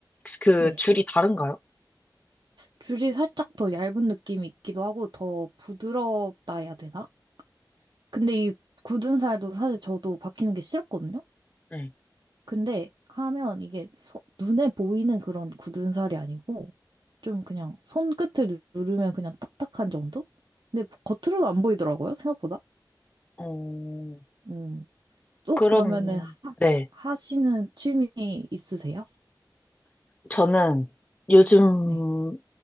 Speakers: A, on the left; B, on the right.
A: 그
B: 네.
A: 줄이 다른가요?
B: 줄이 살짝 더 얇은 느낌이 있기도 하고 더 부드럽다 해야 되나? 근데 이 굳은 살도 사실 저도 바뀌는 게 싫었거든요.
A: 네.
B: 근데 하면 이게 서- 눈에 보이는 그런 굳은 살이 아니고 좀 그냥 손끝을 누- 누르면 그냥 딱딱한 정도? 근데 겉으로는 안 보이더라고요, 생각보다.
A: 어,
B: 음. 또
A: 그럼,
B: 그러면은 하,
A: 네,
B: 하시는 취미 있으세요?
A: 저는 요즘
B: 네.